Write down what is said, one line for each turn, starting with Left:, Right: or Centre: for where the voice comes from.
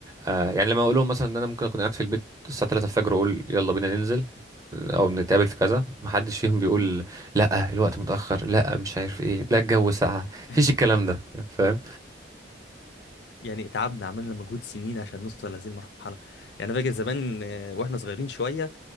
Right: آه، يعني لما اقول لهم مثلا ان انا ممكن اكون قاعد في البيت الساعه 3 الفجر واقول يلا بينا ننزل او نتقابل في كذا محدش فيهم بيقول
Left: مم.
Right: لا الوقت متاخر لا مش عارف ايه لا الجو ساقع
Left: <laughs>
Right: مفيش الكلام ده فاهم
Left: يعني تعبنا عملنا مجهود سنين عشان نوصل لهذه المرحلة يعني أنا فاكر زمان آه، واحنا صغيرين شوية